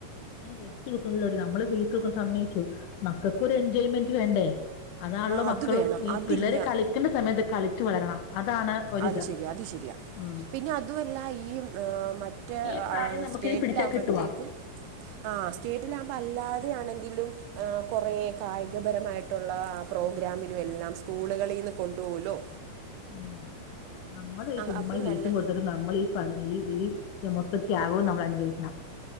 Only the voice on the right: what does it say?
ആ
അത് വേണം
അതില്ല
അത് ശെരിയാ അത് ശരിയാ
പിന്നെ അതുമല്ല ഈ ങ് മ റ്റേ
സ്റ്റേറ്റിലകുമ്പഴത്തേക്കും
ആഹ് സ്റ്റേറ്റിൽ ആകുമ്പോ അല്ലാതെയണെങ്കിലും ആഹ് കൊറേ കായികപരമായിട്ടുള്ള പ്രോഗ്രാമിനും എല്ലാം സ്കൂളുകളിലീന്ന് കൊണ്ടുപോവലും
ആ
അപ്പോൾ
നല്ല